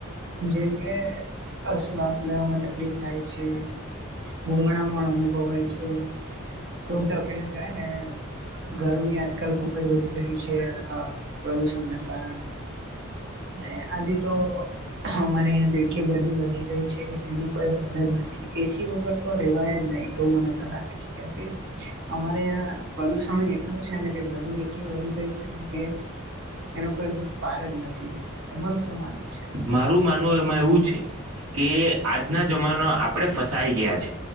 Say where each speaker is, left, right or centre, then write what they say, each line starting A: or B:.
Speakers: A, on the right (about 55°); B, on the right (about 85°).
A: જેમ કે અશ્વાસ લેવામાં તકલીફ થાય છે. ગૂંગણામણ અનુભવાય છે. શોતા પેયા કયા કયા ગરમી આજકાલ ખુબ જ વધી રહી છે, અ પ્રદુષણ ના કારણે. ને આજે તો હમારે અહીંયા તો એટલી ગરમી વધી ગઈ છે, કે તેની કોઈ હદ જ નથી. એસી વગર તો રેવાય જ નઈ. એવું મને તો લાગે છે, કેમ કે અમારે અયા પ્રદૂષણ એટલું છે ને, કે ગરમી એટલી વધી ગઈ છે ને કે એનો કોઈ પાર જ નથી. તમારું શું માનવું છે એના
B: મારું માનવું એમાં એવું છે, કે આજના જમાનો આ આપણે ફસાઈ ગીયા છે.